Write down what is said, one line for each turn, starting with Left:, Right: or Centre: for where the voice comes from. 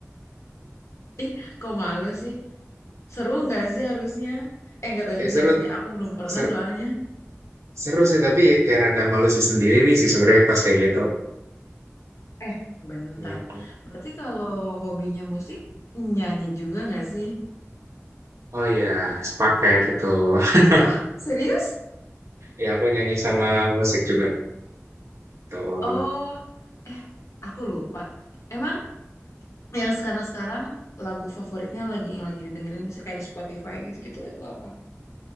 Left: Ih, kok malu sih? Seru nggak sih harusnya? Eh, nggak tahu
Right: Kayak
Left: juga
Right: seru
Left: sih. Aku belum pernah
Right: seru,
Left: soalnya.
Right: seru sih tapi ya kayak rada malu sih sendiri nih sih sebenarnya pas kayak gitu.
Left: Eh, bentar.
Right: Gitu.
Left: Berarti kalau hobinya musik, nyanyi juga nggak sih?
Right: Oh iya, sepaket itu. <laughs>
Left: Oh, serius?
Right: Ya aku nyanyi sama musik juga. Tuh.
Left: Oh, eh, aku lupa. Emang yang sekarang-sekarang lagu favoritnya lagi yang lagi didengerin bisa kayak di Spotify gitu-gitu itu apa?